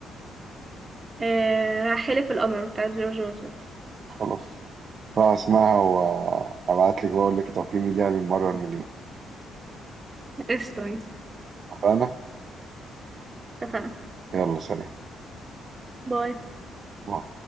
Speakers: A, on the right; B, on the right.
A: آه حلف القمر بتاعت جورج وسوف
B: خلاص راح اسمعها وابعت لك بقول لك تقييمي ليها بالمره المليون
A: قشطة ماشي.
B: اتفقنا
A: اتفقنا
B: يلا سلام
A: باي
B: باي.